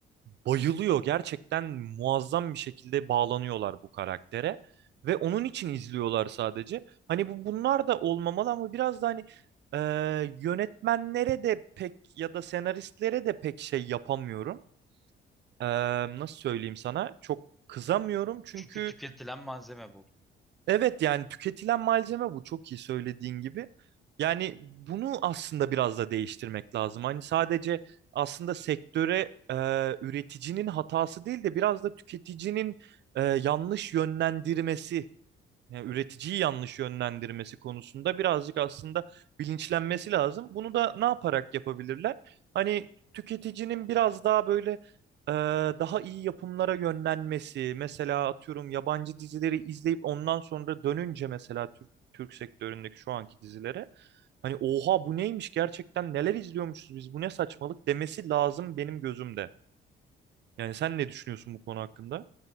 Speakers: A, on the right; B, in the centre.
A: bayılıyor. Gerçekten muazzam bir şekilde bağlanıyorlar bu karaktere ve onun için izliyorlar sadece. Hani bu bunlar da olmamalı ama biraz da hani e, yönetmenlere de pek ya da senaristlere de pek şey yapamıyorum. E, nasıl söyleyeyim sana? Çok kızamıyorum çünkü
B: çünkü tüketilen malzeme bu.
A: Evet yani tüketilen malzeme bu çok iyi söylediğin gibi. Yani bunu aslında biraz da değiştirmek lazım. Hani sadece aslında sektöre e, üreticinin hatası değil de biraz da tüketicinin e, yanlış yönlendirmesi yani üreticiyi yanlış yönlendirmesi konusunda birazcık aslında bilinçlenmesi lazım. Bunu da ne yaparak yapabilirler? Hani tüketicinin biraz daha böyle e, daha iyi yapımlara yönlenmesi, mesela atıyorum yabancı dizileri izleyip ondan sonra dönünce mesela Türk, Türk sektöründeki şu anki dizilere hani oha bu neymiş gerçekten neler izliyormuşuz biz bu ne saçmalık demesi lazım benim gözümde. Yani sen ne düşünüyorsun bu konu hakkında?